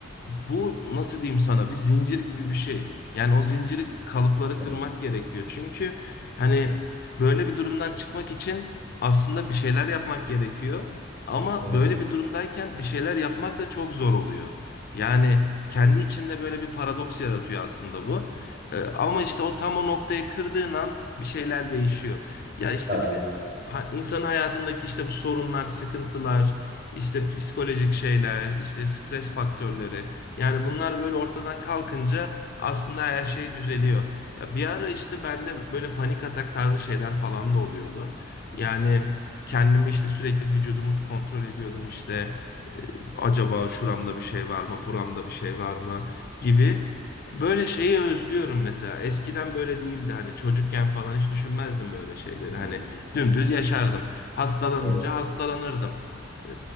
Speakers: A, on the left (about 45°); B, on the right (about 35°).
A: bu nasıl diyeyim sana bir zincir gibi bir şey. Yani o zinciri kalıpları
B: Evet,
A: kırmak gerekiyor. Çünkü hani böyle bir durumdan çıkmak için aslında bir şeyler yapmak gerekiyor. Ama
B: evet,
A: böyle bir durumdayken bir şeyler yapmak da çok zor oluyor. Yani kendi içinde böyle bir paradoks yaratıyor aslında bu. Ee, ama işte o tam o noktayı kırdığın an bir şeyler değişiyor. Ya işte
B: daha güzel
A: bir ha- insanın hayatındaki işte bu sorunlar, sıkıntılar, işte psikolojik şeyler, işte stres faktörleri. Yani bunlar böyle ortadan kalkınca aslında her şey düzeliyor. Ya bir ara işte bende böyle panik atak tarzı şeyler falan da oluyordu. Yani kendimi işte sürekli vücudumu kontrol ediyordum işte e, acaba şuramda bir şey var mı, buramda bir şey var mı gibi. Böyle şeyi özlüyorum mesela. Eskiden böyle değildi hani çocukken falan hiç düşünmezdim böyle şeyleri.
B: düşünüyorum.
A: Hani dümdüz yaşardım. Hastalanınca
B: Evet,
A: hastalanırdım. E,